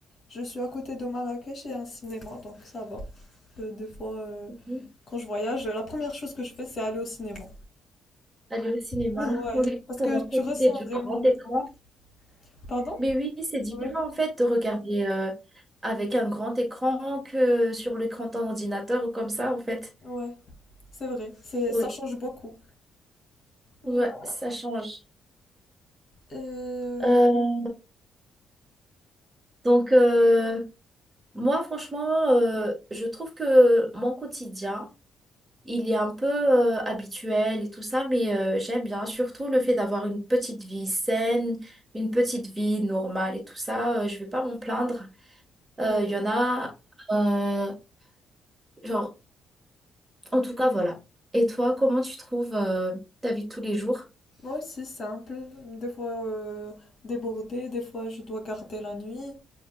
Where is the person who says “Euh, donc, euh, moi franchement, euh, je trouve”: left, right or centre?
Right